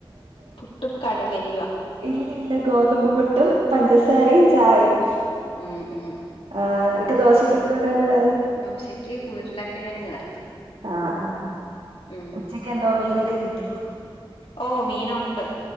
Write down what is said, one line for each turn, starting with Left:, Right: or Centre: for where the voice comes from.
Left: പുട്ടും കടലയുവോ
Right: ഇല്ലല്ല ഗോതമ്പ് പുട്ടും പഞ്ചസാരയും ചായയും
Left: ഉം ഉം
Right: ആഹ് നിനക്ക് ദോശക്ക് എന്തു ഉണ്ടായിരുന്നു കറി
Left: ദോശയ്ക്ക് ഉരുളക്കിഴങ്ങ് കറി
Right: ആഹ് ആഹ്
Left: ഉം
Right: ഉച്ചക്ക് എന്തോ മീനൊക്കെ കിട്ടിയോ
Left: ഓ മീനൊണ്ട്